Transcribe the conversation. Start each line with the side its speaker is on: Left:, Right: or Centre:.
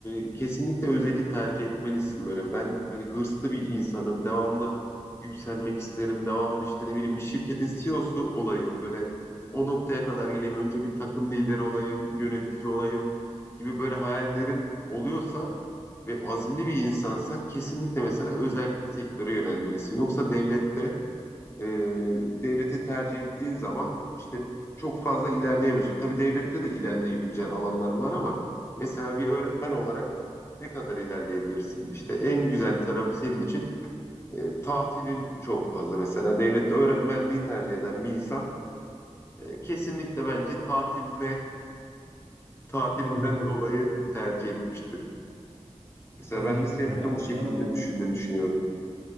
Left: e, kesinlikle özeli tercih etmelisin böyle. Ben hani hırslı bir insanım. Devamlı yükselmek isterim. Devamlı işte ne bileyim bir şirketin CEO'su olayım. Böyle o noktaya kadar geleyim. Önce bir takım lideri olayım, yönetici olayım gibi böyle hayallerin oluyorsa ve azimli bir insansan kesinlikle mesela özel sektöre yönelmelisin. Yoksa devlette e, devleti tercih ettiğin zaman işte çok fazla ilerleyemiyorsun. Tabii devlette de ilerleyebileceğin alanlar var ama mesela bir öğretmen olarak ne kadar ilerleyebilirsin? İşte en güzel tarafı senin için e, tatilin çok fazla. Mesela devlette öğretmenliği tercih eden bir insan e, kesinlikle bence tatiline tatilinden
Right: Evet evet.
Left: dolayı tercih etmiştir. Mesela
Right: Bence
Left: ben de senin
Right: de ya.
Left: de bu şekilde
Right: Genel olarak
Left: düşündüğünü düşünüyorum.